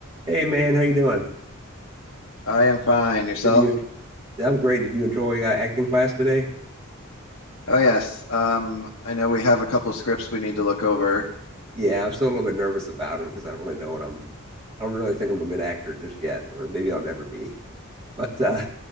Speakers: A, on the right; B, on the left.
A: Hey man, how you doing?
B: I am fine. Yourself?
A: Did you? I'm great. Did you enjoy uh, acting class today?
B: Oh yes. Um, I know we have a couple scripts we need to look over.
A: Yeah, I'm still a little bit nervous about him because I don't really know what I'm. I don't really think I'm a good actor just yet, or maybe I'll never be. But uh,